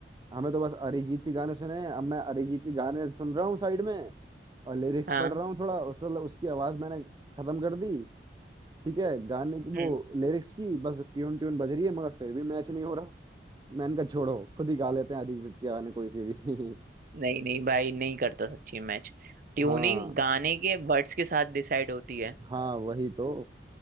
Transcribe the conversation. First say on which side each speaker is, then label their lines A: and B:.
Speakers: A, on the right; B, on the right.
A: हमें तो बस अरिजीत के गाने सुने हैं अब मैं अरिजीत के गाने सुन रहा हूँ साइड में और लिरिक्स
B: हाँ
A: पढ़ रहा हूँ थोड़ा उस उसकी आवाज मैंने खत्म कर दी ठीक है गाने की
B: हम्म
A: वो लिरिक्स की बस ट्यून ट्यून बज रही है मगर फिर भी मैच नहीं हो रहा मैंने कहा छोड़ो खुद ही गा लेते हैं अरिजीत के गाने कोई से भी <laughs>
B: नहीं नहीं भाई नहीं करता सच्ची मैच ट्यूनिंग
A: हाँ
B: गाने के वर्ड्स के साथ डिसाइड होती है
A: हाँ वही तो